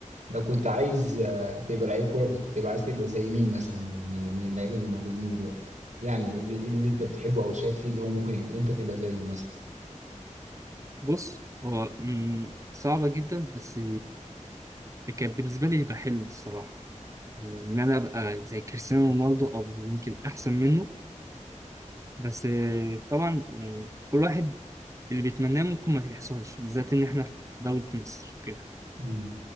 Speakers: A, on the right; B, on the right.
A: لو كنت عايز آه، تبقى لعيب كوره كنت تبقى عايز تبقى زي مين مثلا من من اللعيبه اللي موجودين دلوقتي يعني اللي, اللي انت بتحبه او شايف فيه اللي هو ممكن انت تبقى زيه مثلا
B: بص هو مم، صعبه جدا بس كان بالنسبه لي يبقى حلم الصراحه ان انا ابقى زي كريستيانو رونالدو او يمكن احسن منه بس آه، طبعا يعني كل واحد اللي بيتمناه ممكن ما يحصلش بالذات ان احنا في دوله مصر كده
A: مم.